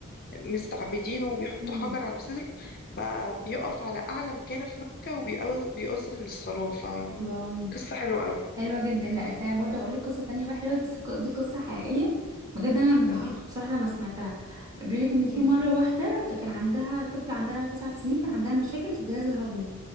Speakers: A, on the left; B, on the right.
A: مستعبدينه وبيحطوا
B: امم
A: حجر على صدره بقى بيقف على أعلى مكانة في مكة وبيأذن للصلاة
B: الله
A: قصة حلوة قوي
B: حلوة جدا لا أنا برضه هقول لك قصة تانية بقى حلوة بس ق- دي قصة حقيقية بجد أنا انبهرت
A: تمام
B: بصراحة لما سمعتها بيقول لك إن في
A: أمم،
B: مرة واحدة كان عندها طفلة عندها تسع سنين كان عندها مشاكل في الجهاز الهضمي